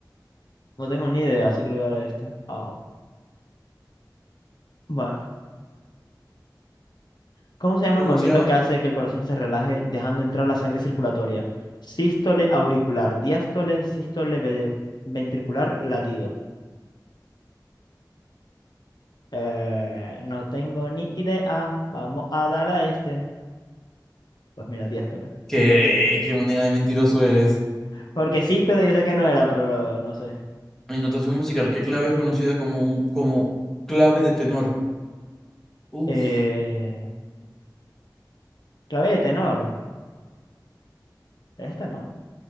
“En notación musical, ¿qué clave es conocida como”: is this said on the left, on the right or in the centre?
Centre